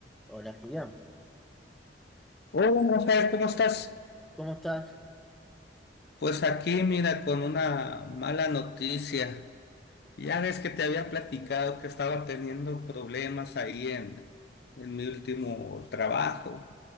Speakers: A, in the centre; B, on the left (about 65°).
A: Hola, Giriam.
B: Hola, Rafael, ¿cómo estás?
A: ¿Cómo estás?
B: Pues aquí, mira, con una mala noticia. Ya ves que te había platicado que estaba teniendo problemas ahí en, en mi último trabajo.